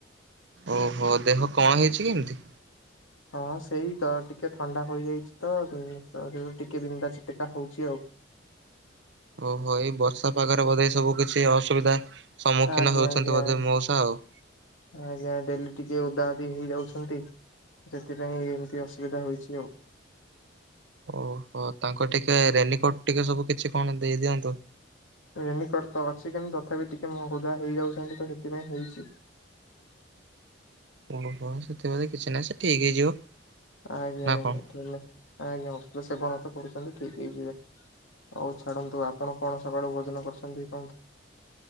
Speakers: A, on the right; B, on the left.
A: ଓହୋ ଦେହ କଣ ହେଇଛି କି ଏମିତି?
B: ହଁ ସେଇ ଜ ଟିକେ ଥଣ୍ଡା ହୋଇଯାଇଛି ତ ଉଁ ଶରୀର ଟିକେ ବିନ୍ଧା ଛିଟକା ହଉଛି ଆଉ।
A: ଓହୋ ଏଇ ବର୍ଷା ପାଗରେ ବୋଧେ ଏ ସବୁ କିଛି ଅସୁବିଧା ସମ୍ମୁଖୀନ
B: ଆଜ୍ଞା
A: ହେଉଛନ୍ତି
B: ଆଜ୍ଞା
A: ବୋଧେ ମଉସା ଆଉ
B: ଆଜ୍ଞା ଡେଲି ଟିକେ ଓଦାଓଦି ହେଇଯାଉଛନ୍ତି। ସେଥିପାଇଁ ଏମିତି ଅସୁବିଧା ହୋଉଚି ଆଉ।
A: ଓହୋ ତାଙ୍କୁ ଟିକେ ରେନିକୋଟ ଟିକେ ସବୁ କିଛି କଣ ଦେଇଦିଅନ୍ତୁ।
B: ରେନିକଟ ତ ଅଛି କିନ୍ତୁ ତଥାପି ଟିକେ ମ ଓଦା ହେଇଯାଉଛନ୍ତି ତ ସେଥିପାଇଁ ହେଇଛି।
A: ଓହୋ ସେଥି ବୋଧେ କିଛି ନାହିଁ ସେ ଠିକ୍ ହେଇଯିବ।
B: ଆଜ୍ଞା
A: ନା
B: ଆଜ୍ଞା
A: କଣ?
B: <unintelligible> ଆଜ୍ଞା ଔଷଧ ସେବନ ତ କରୁଛନ୍ତି ଠିକ୍ ହେଇଯିବେ। ଓଉ ଛାଡନ୍ତୁ ଆପଣ କଣ ସକାଳୁ ଭୋଜନ କରିଛନ୍ତି କୁହନ୍ତୁ?